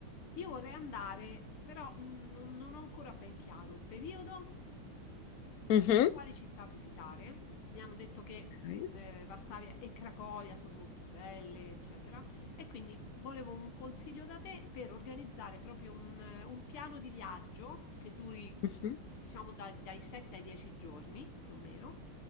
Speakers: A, on the left; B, on the left.
A: Io vorrei andare, però mm, non non ho ancora ben chiaro il periodo.
B: mhm,
A: quali città visitare. Mi hanno detto che
B: Ok.
A: eh, Varsavia e Cracovia sono molto belle, eccetera. E quindi volevo un consiglio da te per organizzare proprio un, eh, un piano di viaggio che duri,
B: mhm,
A: diciamo, da- dai 7 ai 10 giorni, più o meno.